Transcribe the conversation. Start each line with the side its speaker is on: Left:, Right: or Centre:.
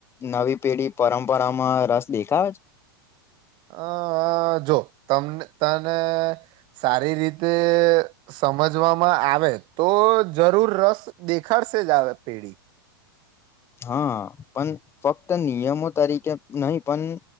Left: નવી પેઢી પરંપરામાં રસ દેખાવે છ
Right: અ જો તમને તને સારી રીતે સમજવામાં આવે તો જરૂર રસ દેખાડશે જ આવે પેઢી.
Left: હા પણ ફક્ત નિયમો તરીકે નહી પણ